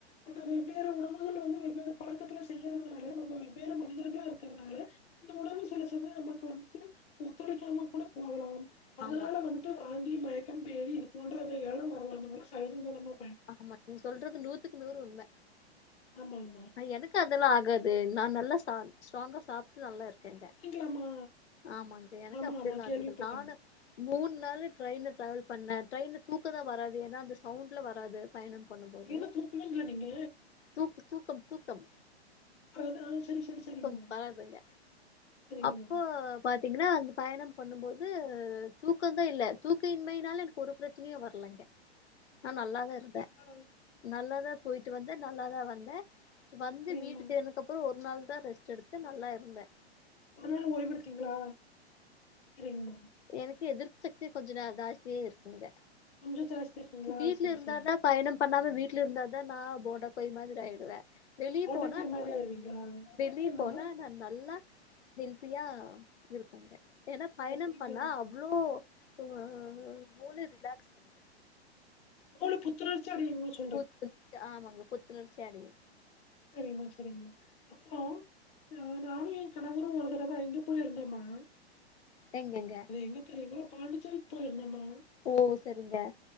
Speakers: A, on the left; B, on the left.
A: அந்த வெவ்வேறு உணவுகள் வந்து வெவ்வேறு பழக்கத்துல செய்யறனால நம்ம வெவ்வேறு மனிதர்களா இருக்கிறதுனால இந்த உல சில சமயம் நமக்கு வந்துட்டு ஒத்துழைக்காம கூட போகலாம் அதனால
B: ஆமா,
A: வந்துட்டு வாந்தி மயக்க பேதி இது போன்றவைகள்ல்லா வரலாம் சகஜம் தானம்மா
B: ஆமா நீங்க சொல்றது நூத்துக்கு நூறு உண்ம
A: ஆமாங்மா
B: எனக்கு அதெல்லா ஆகாது நான் நல்லா ஸ்ட்ராங்கா சாப் நல்லாருக்கேங்க
A: அப்படிங்களாமா
B: ஆமாங்க எனக்கு
A: ஆமா
B: அப்படில்லாக்குறத
A: ஆமா கேள்விப்பட்டேம்மா
B: நானு மூணு நாள் ட்ரெயின ட்ராவல் பண்ணே ட்ரெயின்ல தூக்க தா வராது ஏன்னா அந்த சவுண்ட்ல வராது பயணம் பண்ணும்போது
A: என்ன தூக்குவீங்களா நீங்க
B: தூக் தூக்கம் தூக்கம்
A: அதான் சரி சரி
B: தூக்கம்
A: சரிங்கம்மா
B: வராதுங்க
A: சரிங்கம்மா
B: அப்போ பாத்தீங்கன்னா அந்த பயணம் பண்ணும்போது தூக்கந்தா இல்ல தூக்க இன்மையினால எனக்கு ஒரு பிரச்சனையு வரலைங்க நா நல்லாதா இருந்தே
A: ஆ
B: நல்லாதா போயிட்டு வந்த நல்லாதா வந்தே வந்து
A: சரிங்க
B: வீட்டுக்கு
A: மேம்
B: சேந்ததுக்கு அப்பற ஒரு நாள் தான் ரெஸ்ட் எடுத்து நல்லாயிருந்தே
A: ஒரு நாள் ஓய்வெடுத்தீங்ளா சரிங்மா
B: எனக்கு எதிர்ப்பு சக்தி கொஞ்ச ந ஜாஸ்தியா இருக்குங்க
A: கொஞ்ச ஜாஸ்தி இருக்குங்களா
B: வீட்ல
A: சரி
B: இருந்தாதா
A: சரிங்க
B: பயணம் பண்ணாம வீட்ல இருந்தா தா நா போண்டா கோழி மாதிரி ஆயிடுவே வெளிய
A: ஓட்டக்காய்
B: போனா நா
A: மாரி ஆயிருவீங்களா அப்படின்னா
B: வெளிய
A: என்னம்மா
B: போனா நா நல்லா ஹெல்த்தியா இருப்பேங்க ஏன்னா பயணம்
A: அப்படிங்களா
B: பண்ணா அவ்ளோ ஆ மூளை ரிலாக்ஸ் ஆகுது
A: மூள புத்துணர்ச்சி அடையும்னு சொ
B: புத்து <inaudible> ஆமாங்க புத்துணர்ச்சி அடையு
A: சரிங்மா சரிங்மா அப்பறோ நானு என் கணவரு ஒரு தடவ எங்க போய் இருந்தோம்மா
B: எங்கங்க
A: அது எங்க தெரியுங்களோ பாண்டிச்சேரிக்கு போயிருந்தேம்மா
B: ஓ சரிங்க